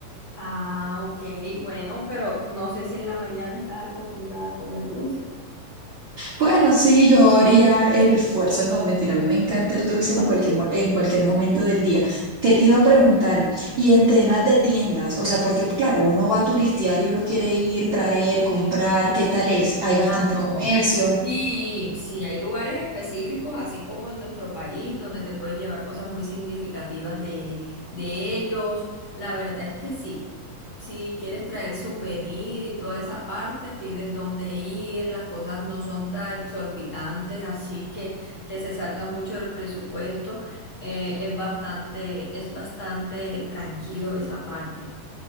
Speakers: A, on the left; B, on the right.
A: Ah, ok, bueno, pero no sé si en la mañana estás acostumbrada a comer dulce.
B: Bueno, sí, yo haría el esfuerzo, no, mentira, a mí me encanta el dulce en cualquier, mo- en cualquier momento del día. ¿Qué te iba a preguntar? Y en temas de tiendas, o sea, porque claro, uno va a turistear y uno quiere ir, traer, comprar, ¿qué tal es? Hay bastante
A: Ah, no.
B: comercio.
A: Sí, sí, hay lugares específicos, así como en nuestro país, donde te puedes llevar cosas muy significativas de, de ellos. La verdad es que sí. Si quieres traer souvenir y toda esa parte, tienes dónde ir, las cosas no son tan exorbitantes, así que que se salga mucho del presupuesto. Eh, es bastante, es bastante tranquilo esa parte.